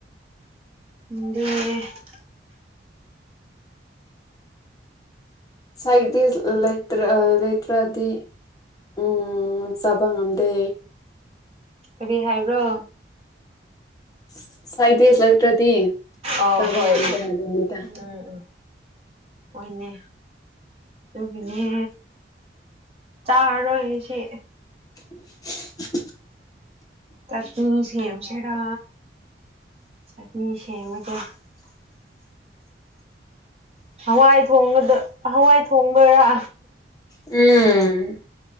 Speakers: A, on the right; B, on the left.
A: <inaudible>
B: ꯁꯥꯏꯇꯤꯁ ꯂꯩꯇ꯭ꯔ ꯑ ꯂꯩꯇ꯭ꯔꯗꯤ ꯎꯝ ꯆꯥꯕ ꯉꯝꯗꯦ
A: ꯀꯔꯤ ꯍꯥꯏꯕ꯭ꯔꯣ
B: <unintelligible> <unintelligible> ꯂꯩꯇ꯭ꯔꯗꯤ
A: ꯑ
B: ꯆꯥꯕ
A: ꯍꯣꯏ
B: ꯉꯝꯗꯦ ꯍꯥꯏꯕꯅꯤꯗ
A: ꯎꯝ ꯎꯝ ꯍꯣꯢꯅꯦ ꯑꯗꯨꯒꯤꯅꯦ ꯆꯥꯔꯔꯣꯏꯁꯤ
B: <inaudible>
A: ꯆꯥꯛꯅꯤ ꯁꯦꯝꯁꯤꯔꯥ ꯆꯥꯛꯅꯤ ꯁꯦꯝꯃꯒꯦ ꯍꯋꯥꯏ ꯊꯣꯡꯕꯗ ꯍꯋꯥꯏ ꯊꯣꯡꯗꯣꯏꯔꯥ
B: ꯎꯝ